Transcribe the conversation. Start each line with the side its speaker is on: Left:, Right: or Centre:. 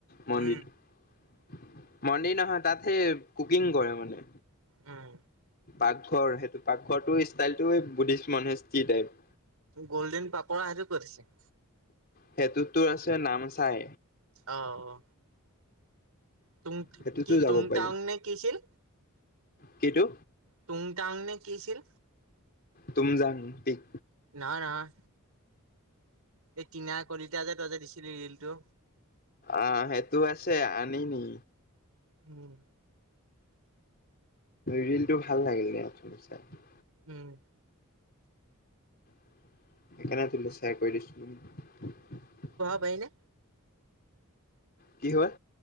Left: মন্দিটো
Right: উম
Left: <unintelligible> মন্দিৰ নহয়, তাত সেই কুকিং কৰে মানে।
Right: উম
Left: পাকঘৰ, সেইটো পাকঘৰটো, ষ্টাইলটো বুদ্ধিষ্ট মনস্থ্ৰী টাইপ।
Right: গ'ল্ডেন পাকৰা সেইটো ক'ত আছে?
Left: সেইটো তো আছে নামচাই।
Right: অহ অহ। টুং
Left: সেইটোতো
Right: কি টুংটাংনে
Left: যাব পাৰি।
Right: কি আছিল
Left: কিটো
Right: টুংটাংনে কি আছিল।
Left: তুম জাং পিক
Right: নহয় নহয়। এই টিনা কলিতা যে তই যে দিছিলি ৰিলটো।
Left: আহ সেইটো আছে আনিনি।
Right: উম।
Left: ৰিলটো ভাল লাগিল ন চাই।
Right: উম।
Left: সেইকাৰণে তোলে চেয়াৰ কৰি দিছো।
Right: পাৰিনে?
Left: কি হয়?